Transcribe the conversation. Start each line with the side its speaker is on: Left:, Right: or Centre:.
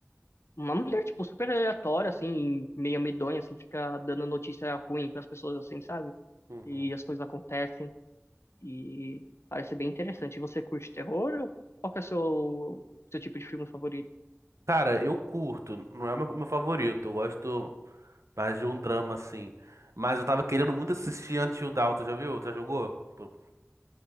Left: uma mulher tipo super aleatória assim, meio medonha assim, fica dando notícia ruim para as pessoas assim, sabe?
Right: uhum.
Left: E as coisas acontecem e parece bem interessante. E Você curte terror? ou Qual que é o seu seu tipo de filme favorito?
Right: Cara, eu curto. Não é o meu, o meu favorito. Eu gosto mais de um drama, assim. Mas eu tava querendo muito assistir Until Dawn. Tu já viu? Tu já jogou? Pô,